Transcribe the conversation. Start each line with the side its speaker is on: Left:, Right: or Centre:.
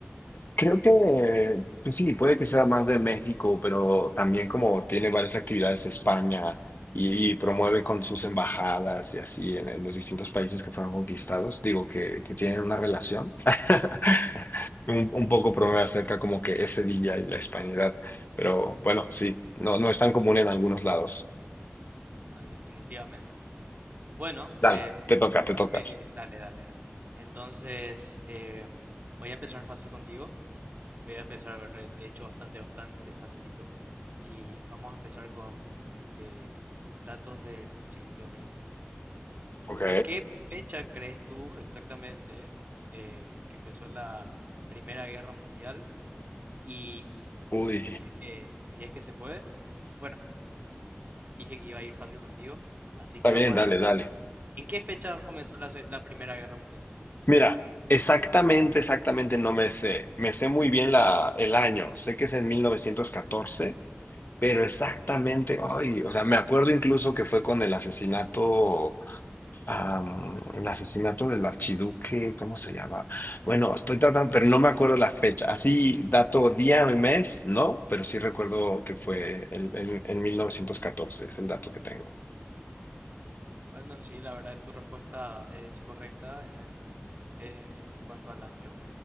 Left: Creo que, pues sí, puede que sea más de México, pero también como tiene varias actividades España y, y promueve con sus embajadas y así en, en los distintos países que fueron conquistados, digo que, que tienen una relación. <laughs> Un, un poco promueve acerca como que ese día y la hispanidad, pero bueno, sí, no, no es tan común en algunos lados.
Right: Ah, Definitivamente, pues. Bueno, em,
Left: Dale, te toca,
Right: ¿por
Left: te toca.
Right: qué? Dale, dale, dale. Entonces, em, voy a empezar fácil contigo. Voy a empezar, re- de hecho, bastante, bastante facilito. Y vamos a empezar con este datos del siglo XX.
Left: Ok.
Right: ¿En qué fecha crees tú exactamente eh, que empezó la Primera Guerra Mundial? Y
Left: Uy,
Right: si es que, si es que se puede, bueno, dije que iba a ir fácil contigo, así
Left: está
Right: que vamos
Left: bien,
Right: a
Left: dale,
Right: dejarlo.
Left: dale.
Right: ahí. ¿En qué fecha comenzó la, se- la Primera Guerra Mundial?
Left: Mira, exactamente, exactamente no me sé. Me sé muy bien la, el año. Sé que es en 1914, pero exactamente, ay, o sea, me acuerdo incluso que fue con el asesinato, am, el asesinato del archiduque, ¿cómo se llama? Bueno, estoy tratando, pero no me acuerdo la fecha. Así, dato día y mes, no, pero sí recuerdo que fue en, en, en mil novecientos catorce. es el dato que tengo.
Right: Bueno, sí, la verdad tu respuesta es correcta en el, eh, en cuanto al año.